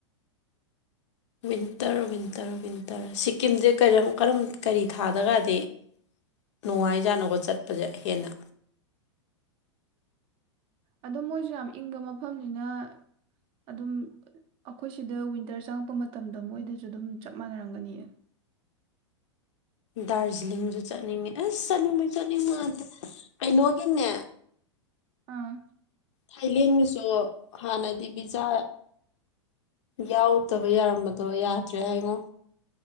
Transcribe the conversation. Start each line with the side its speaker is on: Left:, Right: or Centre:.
Left: ꯋꯤꯟꯇꯔ ꯋꯤꯟꯇꯔ ꯋꯤꯟꯇꯔ ꯁꯤꯀꯤꯝꯁꯦ ꯀꯔꯝ ꯀꯔꯤ ꯊꯥꯗ ꯀꯗꯤ ꯅꯨꯡꯉꯥꯏꯖꯥꯠꯅꯣꯀꯣ ꯆꯠꯄꯁꯦ ꯍꯦꯟꯅ
Right: ꯑꯗꯨꯝ ꯃꯣꯏꯁꯨ ꯌꯥꯝ ꯏꯪꯕ ꯃꯐꯝꯅꯤꯅ ꯑꯗꯨꯝ ꯑꯩꯈꯣꯏ ꯁꯤꯗ ꯋꯤꯟꯇꯔ ꯆꯪꯉꯛꯄ ꯃꯇꯝꯗ ꯃꯣꯏꯗꯁꯨ ꯑꯗꯨꯝ ꯆꯞ ꯃꯥꯟꯅꯔꯝꯒꯅꯤ
Left: ꯗꯥꯔꯖꯤꯂꯤꯡꯁꯨ ꯆꯠꯅꯤꯡꯉꯦ ꯑꯁ ꯆꯠꯅꯤꯡꯕꯩ ꯆꯠꯅꯤꯡꯕ ꯉꯥꯛꯇꯥ ꯀꯩꯅꯣꯒꯤꯅꯦ
Right: ꯑꯥ
Left: ꯊꯥꯏꯂꯦꯟꯒꯤꯁꯨ ꯍꯥꯟꯅꯗꯤ ꯚꯤꯖꯥ ꯌꯥꯎꯗꯕ ꯌꯥꯔꯝꯕꯗꯣ ꯌꯥꯗ꯭ꯔꯦ ꯍꯥꯏꯉꯣ